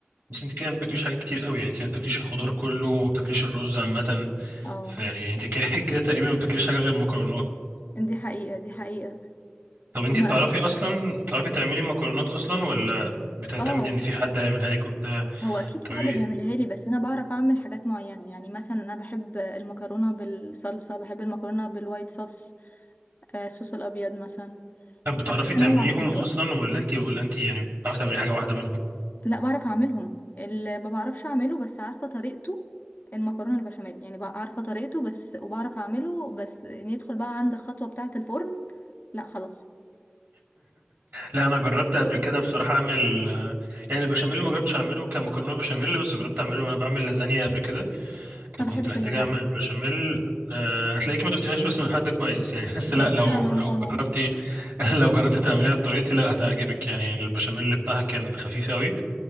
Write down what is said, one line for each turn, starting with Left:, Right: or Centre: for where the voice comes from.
Right: بس انت كده ما بتاكليش حاجات كتير قوي يعني انت ما بتاكليش الخضار كله وما بتاكليش الرز عامة
Left: اه
Right: فيعني انت كده <laughs> كده تقريبا ما بتاكليش حاجة غير المكرونات
Left: دي حقيقة دي حقيقة
Right: طب انت
Left: وما
Right: بتعرفي اصلا بتعرفي تعملي مكرونات اصلا ولا بتعتمدي
Left: اه
Right: ان في حد هيعملها لك وبتاع
Left: هو اكيد في
Right: طب
Left: حد
Right: ايه
Left: بيعملها لي بس انا بعرف اعمل حاجات معينة يعني مثلا انا بحب المكرونة بالصلصة بحب المكرونة بالوايت صوص آه، الصوص الابيض مثلا
Right: طب بتعرفي
Left: بحب
Right: تعمليهم
Left: انوع فيها بقى
Right: اصلا ولا انت ولا انت يعني بتعرفي تعملي حاجة واحدة منهم
Left: لا بعرف اعملهم اللي ما بعرفش اعمله بس عارفة طريقته المكرونة البشاميل يعني بقى عارفة طريقته بس وبعرف اعمله بس ندخل بقى عند الخطوة بتاعة الفرن لا خلاص
Right: لا انا جربت قبل كده بصراحه اعمل آه، يعني البشاميل ما جربتش اعمله كمكرونه بشاميل بس جربت اعمله وانا بعمل لازانيا قبل كده كنت
Left: ما بحبش
Right: كنت محتاج
Left: اللازانيا
Right: اعمل بشاميل أه... هتلاقيك ما دقتهاش بس من حد كويس يعني <laughs> بس
Left: دقتها
Right: لا لو
Left: من
Right: لو
Left: ماما
Right: جربتي <laughs> لو جربتي تعمليها بطريقتي لا هتعجبك يعني البشاميل بتاعها كان خفيف قوي